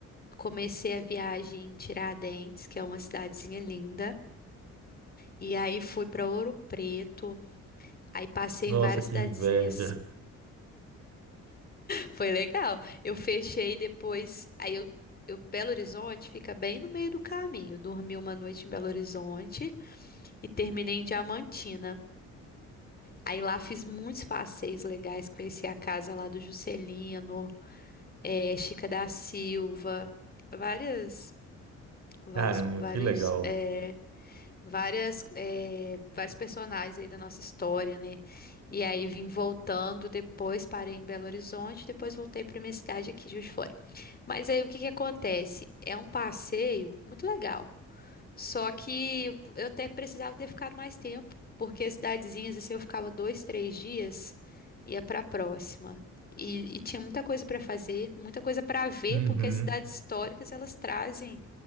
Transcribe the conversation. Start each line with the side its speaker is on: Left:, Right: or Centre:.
Left: comecei a viagem em Tiradentes, que é uma cidadezinha linda, e aí fui para Ouro Preto. Aí passei
Right: Nossa,
Left: em várias
Right: que
Left: cidadezinhas
Right: inveja.
Left: Foi legal. Eu fechei depois. Aí eu, eu- Belo Horizonte fica bem no meio do caminho. Dormi uma noite em Belo Horizonte e terminei em Diamantina. Aí lá fiz muitos passeios legais, conheci a casa lá do Juscelino, eh, Chica da Silva, várias, vários,
Right: Caramba,
Left: vários,
Right: que legal.
Left: eh, várias, eh, vários personagens aí da nossa história, né? E aí vim voltando depois, parei em Belo Horizonte, depois voltei para minha cidade aqui, de Juiz de Fora. Mas aí o que que acontece? É um passeio muito legal, só que eu até precisava ter ficado mais tempo, porque as cidadezinhas, assim, eu ficava dois, três dias, ia para a próxima. E, e tinha muita coisa para fazer, muita coisa para ver,
Right: Uhum.
Left: porque as cidades históricas elas trazem